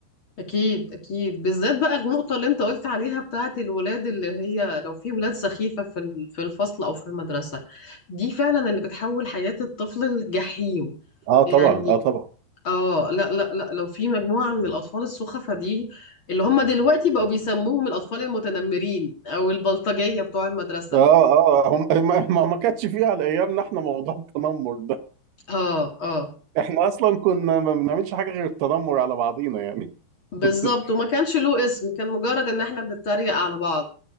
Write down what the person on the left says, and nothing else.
اكيد اكيد بالذات بقى النقطه اللي انت قلت عليها بتاعه الولاد اللي هي لو في ولاد سخيفه في ال- في الفصل او في المدرسه دي فعلا اللي بتحول حياه الطفل لجحيم
يعني
اه لا لا لا لو في مجموعه من الاطفال السخفه دي اللي هم دلوقتي بقوا بيسموهم الاطفال المتنمرين او البلطجيه بتوع المدرسه
اه اه
بالظبط
وما كانش له اسم كان مجرد ان احنا بنتريق على بعض